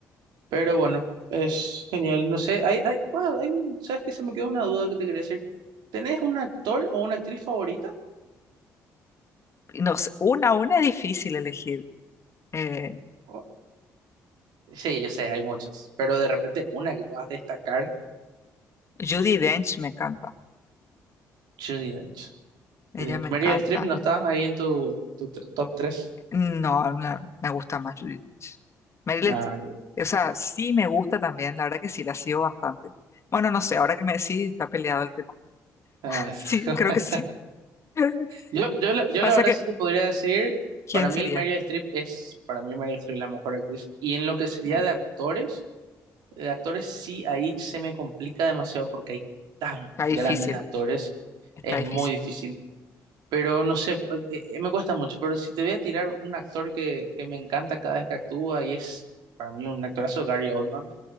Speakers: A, on the right; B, on the left.
A: Pero bueno, es genial. No sé, hay, hay, bueno, hay, un- ¿sabes qué? Se me quedó una duda que te quería decir. ¿Tenés un actor o una actriz favorita?
B: Y No sé, una a una es difícil elegir. Eh,
A: O- Sí, yo sé, hay muchos. Pero de repente, una que puedas destacar,
B: Judi Dench me encanta.
A: Judi Dench.
B: Ella
A: Judi Dench.
B: me encanta.
A: Meryl Streep no está ahí en tu, tu tr- top tres.
B: No, no, me gusta más Judi Dench. Meryl,
A: ah
B: Streep, o sea, sí me gusta también. La verdad que sí, la sigo bastante. Bueno, no sé, ahora que me decís, está peleado el tema.
A: ah,
B: <laughs> Sí,
A: <laughs>
B: creo que sí. <laughs>
A: Yo, yo, la- yo
B: Pasa
A: la verdad
B: que,
A: sí te podría decir,
B: ¿quién
A: para mí
B: sería?
A: Meryl Streep es, para mí Meryl Streep es la mejor actriz. Y en lo que sería
B: Eh,
A: de actores. De actores sí, ahí se me complica demasiado porque hay tan
B: Está difícil,
A: grandes actores,
B: está
A: es
B: difícil.
A: muy difícil, pero no sé, eh, eh, me cuesta mucho, pero si te voy a tirar un actor que, que me encanta cada vez que actúa y es para mí un actorazo, Gary Oldman,